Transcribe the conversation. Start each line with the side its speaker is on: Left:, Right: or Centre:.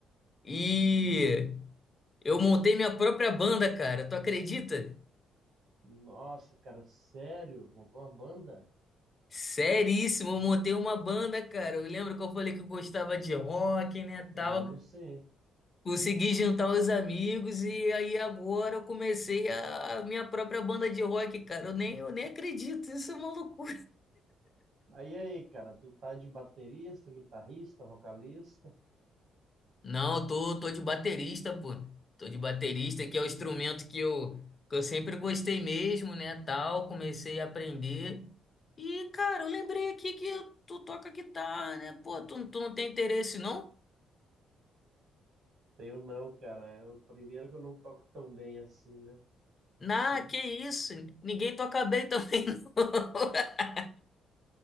Left: E Eu montei minha própria banda, cara. Tu acredita?
Right: Nossa, cara, sério? Montou uma banda?
Left: Seríssimo, eu montei uma banda, cara. Eu lembro que eu falei que eu gostava de rock, né,
Right: Lembro
Left: tal.
Right: sim.
Left: Consegui juntar os amigos e aí agora eu comecei a a minha própria banda de rock, cara. Eu nem, eu nem acredito, isso é maluco.
Right: Aí, aí, cara, tu tá de baterista, guitarrista, vocalista?
Left: Não, eu tô, tô de baterista, pô. Tô de baterista, que é o instrumento que eu, que eu sempre gostei mesmo, né, tal. Comecei a aprender. E, cara, eu lembrei aqui que tu toca guitarra, né? Pô, tu, tu não tem interesse, não?
Right: Tenho não, cara. Eu, primeiro que eu não toco tão bem assim, né?
Left: Na,
Right: Se-
Left: que isso? Ninguém toca bem também, não. <laughs>